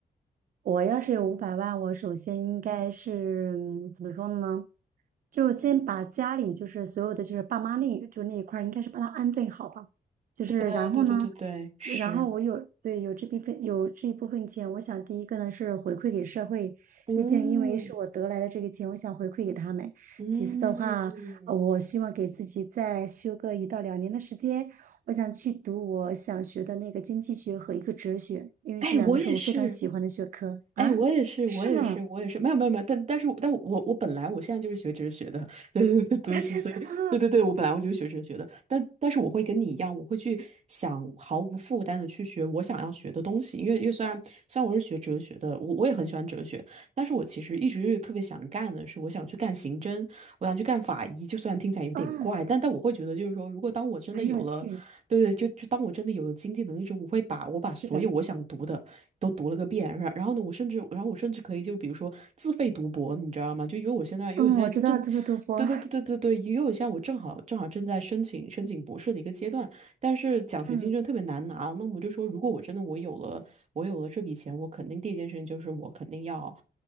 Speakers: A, on the right; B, on the right.
A: 我要是有五百万，我首先应该是嗯怎么说呢？就先把家里就是所有的就是爸妈那一就那一块儿，应该是把它安顿好吧。就是然后呢，
B: 对对对对对，是，
A: 然后我有对有这部分有这一部分钱，我想第一个呢是回馈给社会，
B: 嗯
A: 毕竟因为是我得来的这个钱，我想回馈给他们。
B: 嗯，
A: 其次的话，呃我希望给自己再休个一到两年的时间，我想去读我想学的那个经济学和一个哲学，因为这两个是我非常喜欢的学科啊。
B: 哎，我也是，哎，我也是，我也是，
A: 是吗？
B: 我也是，没有没有没有，但但是我但我我本来我现在就是学哲学的，<laughs> 对对对对，
A: 啊，
B: 所以对对对，
A: 真的吗？
B: 我本来我就是学哲学的，但但是我会跟你一样，我会去想毫无负担的去学我想要学的东西，因为因为虽然虽然我是学哲学的，我我也很喜欢哲学，但是我其实一直特别想干的是，我想去干刑侦，我想去干法医，就虽然听起来有点怪，
A: 啊，
B: 但但我会觉得就是说，如果当我真的有了。
A: 很有趣。
B: 对对，就就当我真的有了经济能力之后，我会把我把所有我想读的都读了个遍，
A: 是的，
B: 然然后呢，我甚至然后我甚至可以就比如说自费读博，你知道吗？就因为我现在因为我现在正，
A: 嗯，我知道这么多博，
B: 对对对对对对，因为我现在我正好正好正在申请申请博士的一个阶段，但是奖学金真的特别难拿，
A: 嗯，
B: 那我就说，如果我真的我有了我有了这笔钱，我肯定第一件事情就是我肯定要。